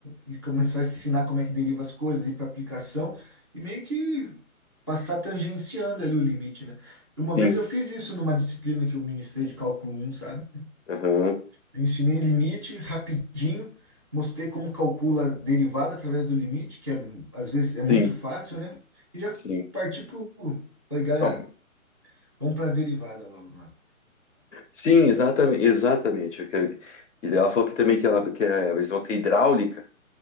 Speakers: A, on the left; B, on the left.
A: e começar a ensinar como é que deriva as coisas, ir para aplicação e meio que passar tangenciando ali o limite, né? Uma
B: sim,
A: vez eu fiz isso numa disciplina que eu ministrei de cálculo um sabe?
B: aham,
A: Eu ensinei limite rapidinho, mostrei como calcula a derivada através do limite, que é, às vezes é muito
B: sim,
A: fácil, né? E já
B: sim.
A: parti pro... Falei, galera,
B: Tá.
A: vamos para a derivada logo, mano.
B: Sim, exatamente, exatamente. Eu quero- E daí ela falou que também que, ela, que eles vão ter hidráulica,